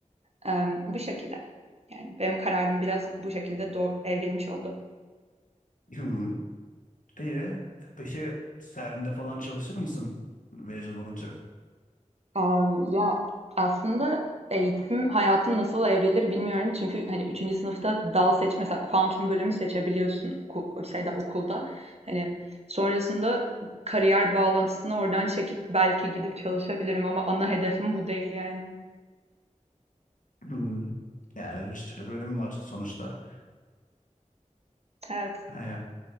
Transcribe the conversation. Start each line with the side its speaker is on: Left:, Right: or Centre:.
Right: Emm, bu şekilde. Yani benim kararım biraz bu şekilde doğ evrilmiş oldu.
Left: <laughs> İyi. Peki serinde falan çalışır mısın mezun olunca?
Right: Am, ya aslında eğitim hayatım nasıl evrilir bilmiyorum. Çünkü hani üçüncü sınıfta dal seç mesela kuantum bölümü seçebiliyorsun ku- şeyde okulda. Hani sonrasında kariyer bağlantısını oradan çekip belki gidip çalışabilirim ama ana hedefim bu değil yani.
Left: Hmm. Yani bir sürü bölüm var sonuçta.
Right: Evet.
Left: Ha.